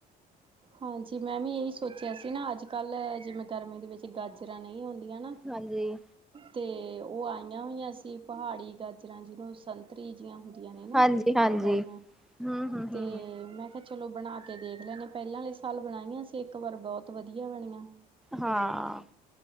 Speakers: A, on the right; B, in the centre.
A: ਹਾਂਜੀ, ਮੈਂ ਵੀ ਏਹੀ ਸੋਚਿਆ ਸੀ ਨਾ ਅੱਜ ਕੱਲ੍ਹ ਜਿਵੇਂ ਗਰਮੀਆਂ ਦੇ ਵਿੱਚ ਜੇ ਗਾਜਰਾਂ ਨਈਂ ਆਉਂਦੀਆਂ ਨਾ
B: ਹਾਂਜੀ,
A: ਤੇ ਓ ਆਈਆਂ ਹੋਈਆਂ ਸੀ ਪਹਾੜੀ ਗਾਜਰਾਂ ਜੀਨੂੰ ਸੰ ਸੰਤਰੀ ਜੀਆਂ ਹੁੰਦੀਆਂ ਨੇ ਨਾ
B: ਹਾਂਜੀ, ਹਾਂਜੀ।
A: ਓ ਪਾਲੀਆਂ
B: ਹੂੰ, ਹੂੰ, ਹੂੰ।
A: ਤੇ ਮੈਂ ਕੇਆ ਚਲੋ, ਬਣਾ ਕੇ ਦੇਖ ਲੈਣੇ ਆ। ਪੈਲਾਂ ਆਲੇ ਸਾਲ ਬਣਾਈਆਂ ਸੀ ਇੱਕ ਵਾਰ ਬੋਤ ਵਧੀਆ ਬਣੀਆਂ।
B: ਹਾਂ,
A: ਤੇ